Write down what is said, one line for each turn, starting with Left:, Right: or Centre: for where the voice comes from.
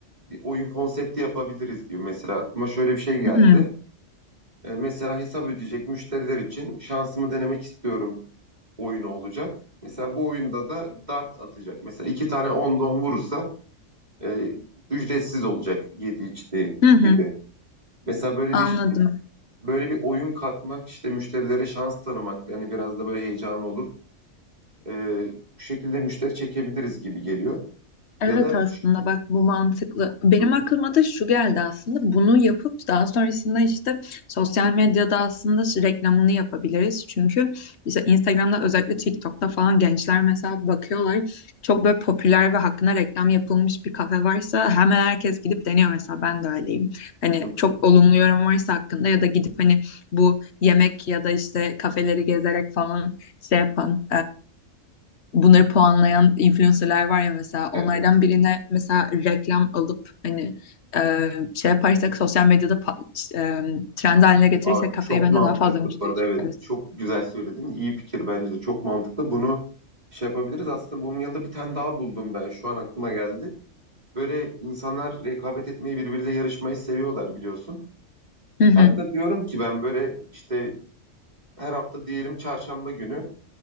Right: bir oyun konsepti yapabiliriz gibi. Mesela aklıma şöyle bir şey geldi.
Left: Hmm,
Right: E, mesela hesap ödeyecek müşteriler için şansımı denemek istiyorum oyunu olacak. Mesela bu oyunda da dart atacak. Mesela iki tane onda 10 vurursa e, ücretsiz olacak yedi içtiği
Left: Hı
Right: gibi.
Left: hı,
Right: Mesela böyle
Left: anladım.
Right: bir böyle bir oyun katmak işte müşterilere şans tanımak yani biraz da böyle heyecan olur. E, bu şekilde müşteri çekebiliriz gibi geliyor. Ya
Left: Evet
Right: da
Left: aslında bak bu mantıklı. Benim
Right: Hı hı,
Left: aklıma da şu geldi aslında. Bunu yapıp daha sonrasında işte sosyal medyada aslında şu reklamını yapabiliriz. Çünkü işte Instagram'da özellikle TikTok'ta falan gençler mesela bakıyorlar. Çok böyle popüler ve hakkında reklam yapılmış bir kafe varsa hemen herkes gidip deniyor mesela ben de öyleyim. Hani
Right: hı
Left: çok
Right: hı.
Left: olumlu yorum varsa hakkında ya da gidip hani bu yemek ya da işte kafeleri gezerek falan şey yapan bunları puanlayan influencerlar var ya mesela onlardan
Right: Evet.
Left: birine mesela reklam alıp hani e, şey yaparsak sosyal medyada pa- e, trend haline getirirsek
Right: Aa,
Left: kafayı
Right: çok
Left: bence
Right: mantıklı
Left: daha fazla müşteri
Right: bu arada.
Left: çekeriz.
Right: Evet. Çok güzel söyledin. İyi fikir bence de. Çok mantıklı. Bunu şey yapabiliriz. Aslında bunun yanında bir tane daha buldum ben. Şu an aklıma geldi. Böyle insanlar rekabet etmeyi birbiriyle yarışmayı seviyorlar biliyorsun.
Left: Hı hı.
Right: Kanka diyorum ki ben böyle işte her hafta diyelim çarşamba günü